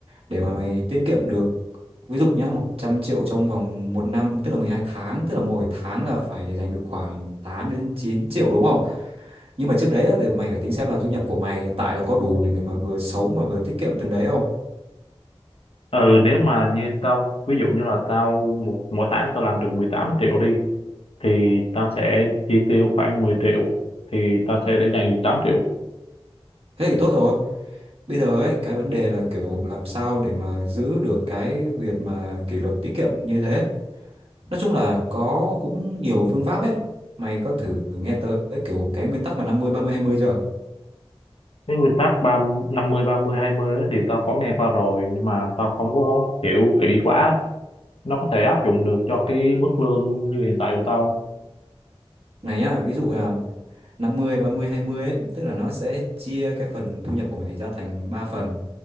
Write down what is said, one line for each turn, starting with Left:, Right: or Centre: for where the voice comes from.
Right: để mà mày tiết kiệm được ví dụ nhá 100 triệu trong vòng một năm tức là mười hai tháng tức là mỗi tháng là phải để dành được khoảng tám đến chín triệu đúng không nhưng mà trước đấy á, thì mày phải tính xem là thu nhập của mày hiện tại là có đủ để mà vừa sống mà vừa tiết kiệm từng đấy không
Left: ừ nếu mà như tao ví dụ như là tao một mỗi tháng tao làm được 18 triệu đi thì tao sẽ chi tiêu khoảng mười triệu thì tao sẽ để dành được tám triệu
Right: thế thì tốt rồi bây giờ ấy cái vấn đề là kiểu làm sao để mà giữ được cái việc mà kỷ luật tiết kiệm như thế nói chung là có cũng nhiều phương pháp ấy mày có thử nghe tới kiểu cái nguyên tắc mà năm mươi ba mươi hai mươi chưa
Left: cái nguyên tắc ba năm mươi ba mươi hai mươi đó thì tao có nghe qua rồi nhưng mà tao không có hiểu kỹ quá nó có thể áp dụng được cho cái mức lương như hiện tại của tao
Right: này nhá ví dụ là 50 30 20 ấy tức là nó sẽ chia cái phần thu nhập của mày ra thành 3 phần